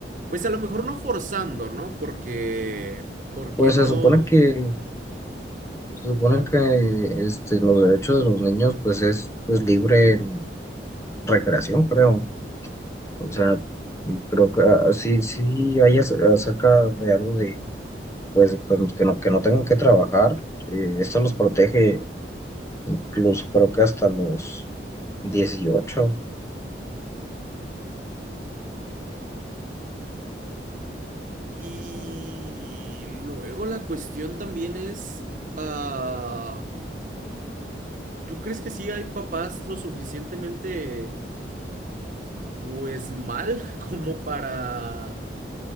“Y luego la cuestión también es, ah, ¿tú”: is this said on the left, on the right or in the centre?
Right